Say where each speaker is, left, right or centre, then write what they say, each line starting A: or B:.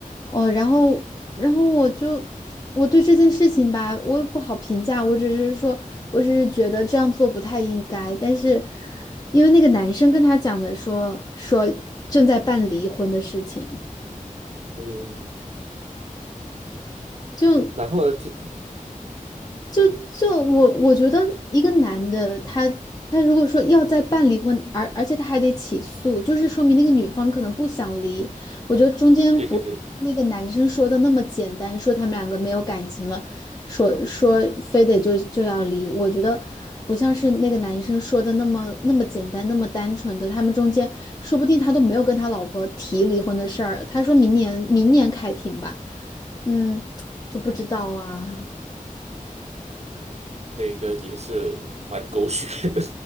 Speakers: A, on the left (about 25°); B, on the right (about 50°).
A: 哦，然后，然后我就我对这件事情吧，我也不好评价，我只是说，我只是觉得这样做不太应该，但是因为那个男生跟他讲的说说正在办离婚的事情，
B: 嗯，
A: 就
B: 然后呢，这
A: 就就我我觉得一个男的他他如果说要再办离婚，而而且他还得起诉，就是说明那个女方可能不想离。我觉得中间不那个男生说的那么简单，
B: 对对对，
A: 说他们两个没有感情了，说说非得就就要离。我觉得不像是那个男生说的那么那么简单，那么单纯的。他们中间说不定他都没有跟他老婆提离婚的事儿，他说明年明年开庭吧，嗯，就不知道啊。
B: 这个也是蛮狗血的，